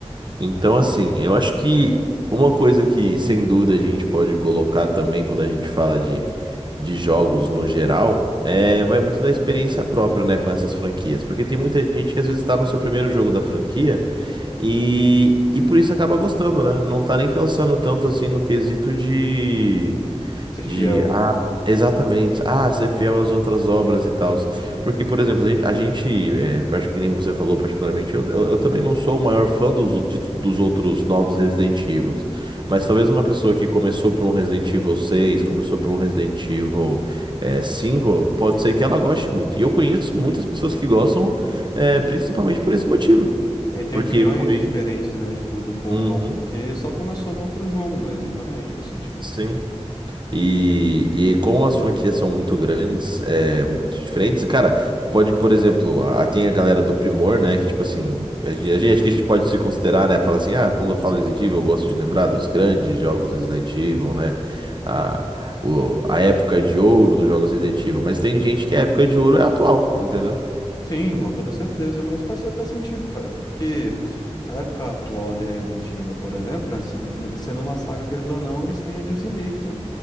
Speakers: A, on the right (about 40°); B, on the left (about 35°).
A: Então, assim, eu acho que uma coisa que sem dúvida a gente pode colocar também quando a gente fala de, de jogos no geral. É, vai muito da experiência própria, né, com essas franquias. Porque tem muita gente que às vezes tá no seu primeiro jogo da franquia e, e por isso acaba gostando, né? Não tá nem pensando tanto assim no quesito de,
B: Ser
A: de,
B: fiel.
A: ah, exatamente, ah, ser fiel às outras obras e tal.
B: uhum.
A: Porque, por exemplo, a gente, a gente, é, acho que nem você falou particularmente, eu, eu, eu também não sou o maior fã dos, de- dos outros novos Resident Evils. Mas talvez uma pessoa que começou por um Resident Evil 6, começou por um Resident Evil é, 5, pode ser que ela goste muito. E eu conheço muitas pessoas que gostam, é, principalmente por esse motivo.
B: É, e tem
A: Porque
B: opiniões
A: foi.
B: diferentes, né? Tipo, do povão,
A: Uhum,
B: porque só começou no outro jogo mesmo, realmente faz sentido.
A: sim. E, e como as franquias são muito grandes, é, muito diferentes, cara, pode, por exemplo, a, tem a galera do Primor, né, que tipo assim, a, gen- a gente, acho que a gente pode se considerar, né, fala assim, ah, quando eu falo Resident Evil, eu gosto de lembrar dos grandes jogos Resident Evil, né, a, o- a época de ouro dos jogos Resident Evil, mas tem gente que a época de ouro é atual, entendeu?
B: Sim, com toda certeza, mas faz, faz sentido, cara, porque a época atual de Resident Evil, por exemplo, né? se- Sendo uma saga, querendo ou não, eles têm ali os remakes, né?